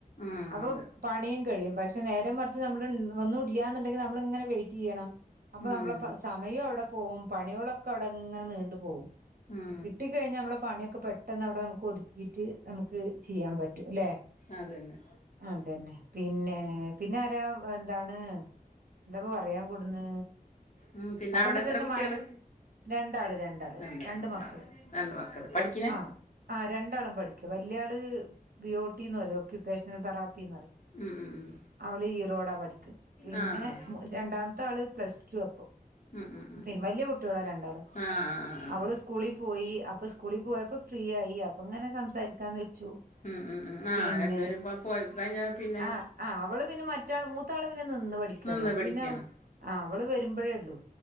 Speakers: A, on the left (about 50°); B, on the right (about 70°).
A: ഉം
B: അപ്പം
A: അതെ
B: പണിയും കഴിയും പക്ഷെ നേരെ മറിച്ച് നമ്മൾ ഒന്നും ഒന്നൂല്യാന്നുണ്ടെങ്കിൽ നമ്മള് ങ്ങനെ വെയിറ്റ് ചെയ്യണം അപ്പൊ
A: ഉം
B: നമ്മള പ സമയവും അവിടെ പോവും പണികളൊക്കെ അവിടെങ്ങനെ നീണ്ടു പോവും
A: ഉം
B: കിട്ടിക്കഴിഞ്ഞാ നമ്മള പണിയൊക്കെ പെട് പെട്ടന്നവിടെ നമ്മക്കൊതു ഈറ്റ് നമുക്ക് ചെയ്യാൻ പറ്റും അല്ലെ
A: ആതന്നെ
B: അതന്നെ പിന്നെ പിന്നെ ആരാ എന്താണ് എന്താപ്പ പറയാൻ കൂടന്ന്
A: ഉം പിന്നെ
B: അവിടെന്നിട്ട്ന്ന്
A: അവിടെ എത്ര കുട്ടികള്
B: മഴ രണ്ടാള് രണ്ടാള്
A: രണ്ടാളാ
B: രണ്ട് മക്കള്
A: ആ, രണ്ട് മക്കള് പഠി
B: ആഹ് ആഹ് രണ്ടാളും പഠിക്ക വല്യാള് ബിയോട്ടീന്ന് പറയും ഒക്യുപേഷണൽ തെറാപ്പിന്ന് പറ
A: ഉം ഉം ഉം
B: അവള് ഈറോടാ പഠിക്കുന്നെ പിന്നെ
A: ആഹ്
B: രണ്ടാമത്തെ ആള് പ്ലസ് ടുവാ ഇപ്പൊ
A: ഉം ഉം ഉം
B: പിന്നെ
A: ഉം
B: വല്യ കുട്ടികളാ രണ്ടാളും
A: ആഹ് ആഹ് ആഹ് ആഹ്
B: അവള് സ് സ്കൂളി പോയി അപ്പൊ സ്കൂളി പോയപ്പോ ഫ്രീ ആയി പ്പങ്ങനെ സംസാരിക്കാന്ന് വെച്ചു
A: ഉം ഉം ഉം ആഹ്
B: പിന്നെ
A: രണ്ടുപേരും കൊ- പോയി കഴിഞ്ഞാൽ പിന്നെ
B: ആഹ് ആഹ് അവള് പിന്നെ മറ്റാൾ മൂത്താള് പിന്നെ നിന്ന് പഠിക്കണ്
A: നിന്ന്
B: അപ്പൊ
A: പഠിക്കണം
B: പിന്നെ ആഹ് അവള് വരുമ്പോഴേയുള്ളു